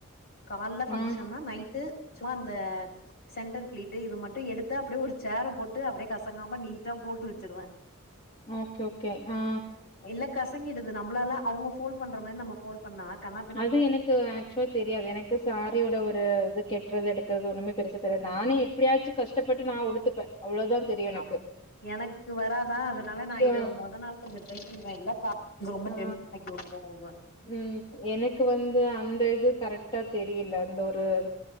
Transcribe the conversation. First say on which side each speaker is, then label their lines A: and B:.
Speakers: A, on the left; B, on the left.
A: கால்ல பங்க்ஷன்னா
B: ஆ
A: நைட்டு சும்மா அந்த சென்டர் பிளிட்டு இது மட்டு எடுத்து அப்டியே ஒரு சேர போட்டு அப்டியே கசங்காம நீட்டா போட்டு வச்சிருவே
B: ஓகே ஓகே ஆ
A: இல்ல கசங்கிடுது நம்மளால அவுங்க ஃபோல் பண்ற மாரி நம்ம ஃபோ பண்ணா கண்ணா
B: அது எனக்கு ஆக்சுவால தெரியாது எனக்கு சாரியோட ஒரு இது கெட்டுறது எடுக்கது ஒண்ணுமே பெருசா தெரியாது நானே எப்டியாச்சு கஷ்டப்பட்டு நா உடுத்துப்பே அவ்ளோதா தெரியு எனக்கு
A: அப் எனக்கு வராதா அதுனால நா இத
B: ஆ
A: முத நாள் கொஞ்சோ டிரை பண்ணவே இல்ல இங்க ரொம்ப
B: ஆ
A: டென் ஆக்கி விட்டுங்க
B: ம் எனக்கு வந்து அந்த இது கரெக்டா தெரியல அந்த ஒரு அது